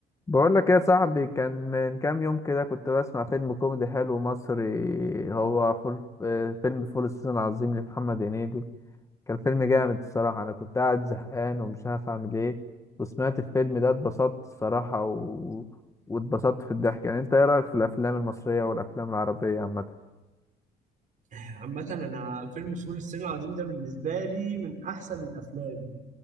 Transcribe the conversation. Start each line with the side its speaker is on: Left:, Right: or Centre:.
Left: بقول لك ايه يا صاحبي كان من كام يوم كده كنت بسمع فيلم كوميدي حلو مصري هو فول آه، فيلم فول الصين العظيم لمحمد هنيدي كان فيلم جامد الصراحة انا كنت قاعد زهقان ومش عارف اعمل ايه وسمعت الفيلم ده اتبسطت الصراحة و... واتبسطت في الضحك يعني انت ايه رأيك في الافلام المصرية والافلام العربية عامة
Right: عامة أنا فيلم فول الصين العظيم ده بالنسبة لي من أحسن الأفلام